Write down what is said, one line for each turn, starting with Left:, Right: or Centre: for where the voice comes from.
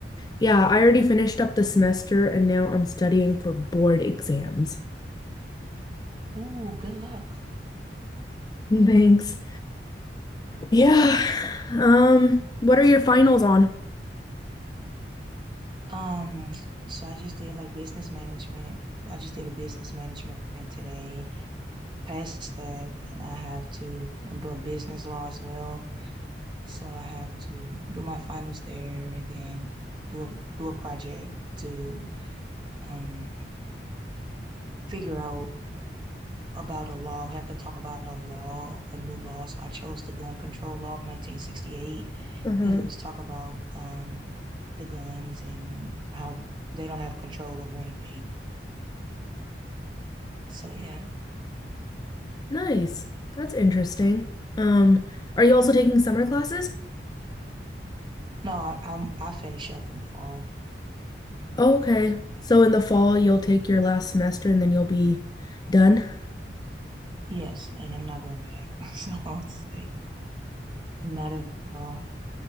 Left: Yeah, I already finished up the semester and now I'm studying for board exams.
Right: Ooh, good luck.
Left: <laughs> Thanks. Yeah. Um, what are your finals on?
Right: Um, so I just did like business management. I just did a business management today. Past that, and I have to, I'm doing business law as well. So I have to do my finals there and then do a do a project to um figure out about a law. I have to talk about a law, a new law. So I chose the gun control law of 1968.
Left: Uh-huh.
Right: Then just talk about um the guns and how they don't have control over anything So yeah,
Left: Nice. That's interesting. Um, are you also taking summer classes?
Right: no, I, I'm I finish up in the fall.
Left: okay. So in the fall you'll take your last semester and then you'll be done?
Right: Yes, and I'm not going back. <laughs> So I was like, not at all.